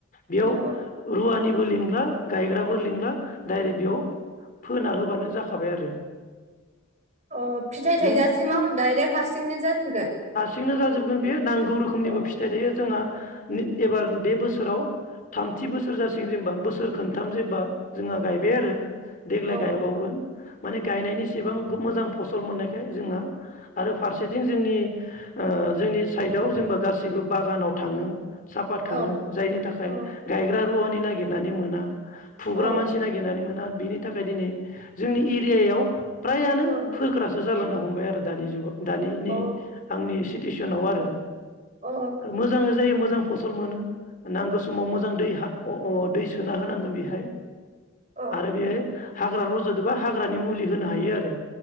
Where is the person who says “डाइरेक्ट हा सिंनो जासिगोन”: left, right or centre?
Right